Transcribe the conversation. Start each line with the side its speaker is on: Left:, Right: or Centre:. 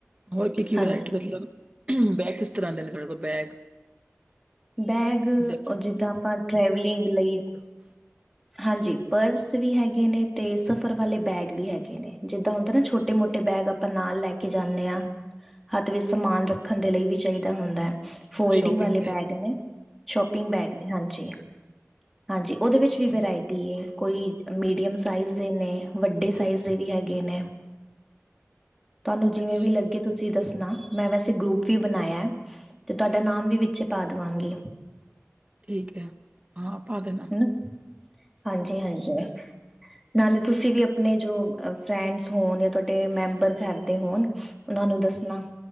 Right: ਹੋਰ ਕੀ ਕੀ
Centre: ਹਾਂਜੀ
Right: ਵਰਾਇਟੀ ਮਤਲਬ, ਬੈਗ ਕਿਸ ਤਰ੍ਹਾਂ ਦੇ ਨੇ, ਤੁਹਾਡੇ ਕੋਲ ਬੈਗ
Centre: ਬੈਗ
Right: ਡੇ
Centre: ਜਿੱਦਾਂ ਆਪਾਂ ਟਰੈਵਲਿੰਗ ਲਈ
Right: ???
Centre: ਹਾਂਜੀ। ਪਰਸ ਵੀ ਹੈਗੇ ਨੇ, ਤੇ ਸਫ਼ਰ ਵਾਲੇ ਬੈਗ ਵੀ ਹੈਗੇ ਨੇ। ਜਿੱਦਾਂ ਹੁੰਦਾ ਨਾ ਛੋਟੇ ਮੋਟੇ ਬੈਗ ਆਪਾਂ ਨਾਲ ਲੈ ਕੇ ਕੇ ਜਾਂਦੇ ਹਾਂ, ਹੱਥ ਵਿੱਚ ਸਮਾਨ ਰੱਖਣ ਦੇ ਲਈ ਵੀ ਚਾਹੀਦਾ ਹੁੰਦਾ ਹੈ। ਫੋਲਡਿੰਗ
Right: ਹਾਂ ਸ਼ੋਪਿੰਗ
Centre: ਵਾਲੇ ਬੈਗ
Right: ਹੂੰ,
Centre: ਨੇ ਸ਼ੋਪਿੰਗ ਬੈਗ ਨੇ, ਹਾਂਜੀ ਹਾਂਜੀ। ਉਹਦੇ ਵਿੱਚ
Right: ਅੱਛਾ।
Centre: ਵੀ ਵਰਾਇਟੀ ਏ, ਕੋਈ ਮੀਡੀਅਮ ਸਾਈਜ਼ ਦੇ ਨੇ, ਵੱਡੇ ਸਾਈਜ਼ ਦੇ ਵੀ ਹੈਗੇ ਨੇ। ਤੁਹਾਨੂੰ ਜਿਵੇਂ
Right: ਅੱਛਾ,
Centre: ਵੀ ਲੱਗੇ, ਤੁਸੀਂ ਦੱਸਣਾ। ਮੈਂ ਵੈਸੇ ਗਰੁੱਪ ਵੀ ਬਣਾਇਆ ਤੇ ਤੁਹਾਡਾ ਨਾਮ ਵੀ ਵਿੱਚੇ ਪਾ ਦੇਵਾਂਗੀ
Right: ਠੀਕ ਹੈ। ਹਾਂ ਪਦੇਨਾ
Centre: ਹਨਾ ਹਾਂਜੀ ਹਾਂਜੀ ਨਾਲੇ ਤੁਸੀਂ ਵੀ ਆਪਣੇ ਜੋ ਫਰੈਂਡਸ ਹੋਣ ਜਾਂ ਤੁਹਾਡੇ ਮੈਂਬਰ ਕਰਦੇ ਹੋਣ ਉਹਨਾ ਨੂੰ ਦੱਸਣਾ